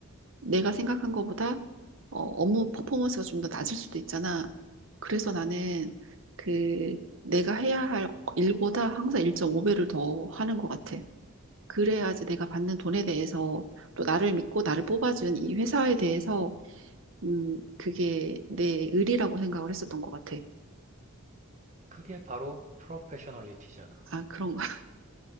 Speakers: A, on the right; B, on the right.
A: 내가 생각한 것보다 어, 업무 퍼포먼스가 좀 더 낮을 수도 있잖아. 그래서 나는 그 내가 해야 할 일보다 항상 1.5배를 더 하는 것 같아. 그래야지 내가 받는 돈에 대해서 또 나를 믿고 나를 뽑아준 이 회사에 대해서 음, 그게 내 의리라고 생각을 했었던 것 같아.
B: 그게 바로 프로페셔널리티잖아.
A: 아, 그런 거야. <laughs>